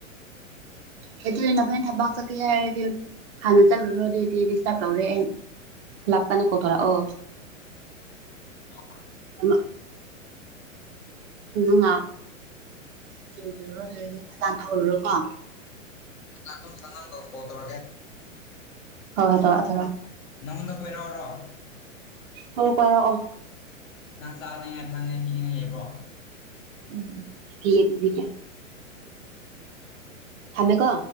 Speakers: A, on the right; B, on the left.
A: ꯑꯦ ꯑꯗꯨꯅ ꯐꯅ ꯊꯕꯛ ꯆꯠꯀꯦ ꯍꯥꯏꯔꯗꯤ ꯍꯥꯟꯅ ꯆꯠꯂꯨꯔꯣ ꯑꯗꯨꯑꯣꯏꯗꯤ ꯗꯤꯁꯇꯥꯔꯕ ꯇꯧꯔꯦ ꯂꯞꯀꯥꯟꯅ ꯀꯣꯇꯣꯔꯥ ꯑꯣ
B: ꯑ
A: ꯁꯤ ꯉ ꯆꯤꯡꯕꯤꯔꯨꯔꯣ ꯑꯗꯨꯔꯗꯤ ꯐꯖꯅ ꯊꯧꯔꯨꯔꯣꯀꯣ
B: ꯁ ꯀꯠꯇꯣꯀꯦ
A: ꯍꯣꯏ ꯍꯣꯏ ꯊꯣꯛꯔꯥ ꯇꯧꯔꯑꯣ
B: ꯅꯪꯉꯣꯟꯗ ꯀꯣꯏꯔꯥꯎ꯭ꯔꯣ
A: ꯍ ꯀ ꯑꯣ
B: ꯅꯪ ꯆꯥꯅꯉꯥꯏ ꯊꯛꯅꯤꯡꯉꯥꯏ ꯄꯤꯉꯥꯏ ꯂꯩꯕꯣ
A: ꯎꯝ ꯎꯝ ꯐꯤꯒ ꯐꯕꯤ ꯊꯥꯃꯦꯀ